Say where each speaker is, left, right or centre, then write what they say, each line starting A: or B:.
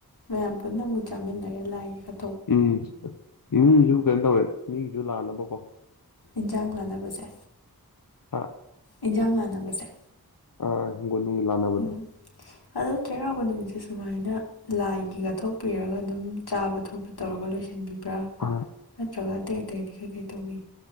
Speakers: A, on the left; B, on the left.
A: ꯃꯌꯥꯝ ꯄꯨꯟꯅ ꯑꯃꯨꯛ ꯆꯥꯃꯤꯟꯅꯔꯦ ꯂꯥꯛꯏꯒꯤ ꯈꯥꯏ
B: ꯎꯝ ꯏꯃꯨꯡꯖꯨ ꯀꯩꯅꯣ ꯇꯧꯔꯦ ꯃꯤꯁꯨ ꯂꯅꯕ ꯍꯀꯣ
A: ꯏꯟꯖꯥꯡ ꯂꯥꯟꯅꯕꯁꯦ
B: ꯑ
A: ꯏꯟꯖꯥꯡ ꯂꯥꯟꯅꯕꯁꯦ
B: ꯑ ꯍꯤꯡꯒꯣꯜ ꯅꯨꯡꯒꯤ ꯂꯥꯟꯅꯕꯗꯣ
A: ꯎꯝ ꯑꯗꯣ ꯆꯩꯔꯥꯎꯕ ꯅꯨꯃꯤꯠ ꯁꯤ ꯁꯨꯃꯥꯏꯅ ꯂꯥꯏꯒꯤ ꯀꯠꯊꯣꯛꯄꯤꯔꯒ ꯑꯗꯨꯝ ꯆꯥꯕ ꯊ ꯊꯣꯛꯄ ꯇꯧꯔꯒ ꯂꯣꯏꯁꯤꯟꯕꯤꯕ꯭ꯔꯥ
B: ꯑ
A: ꯅꯠꯇ꯭ꯔꯒ ꯑꯇꯩ ꯑꯇꯩꯗꯤ ꯀꯩꯀꯩ ꯗꯤ ꯇꯧꯋꯤ꯫